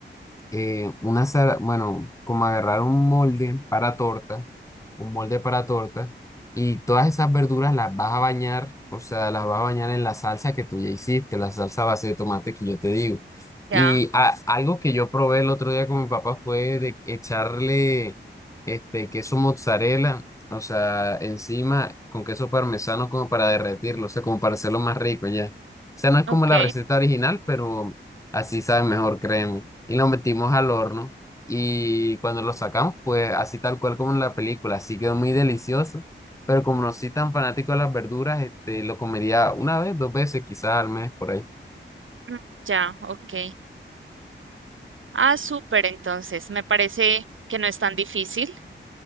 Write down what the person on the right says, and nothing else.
Ya,
ok.
mm, Ya, ok. Ah, súper, entonces. Me parece que no es tan difícil.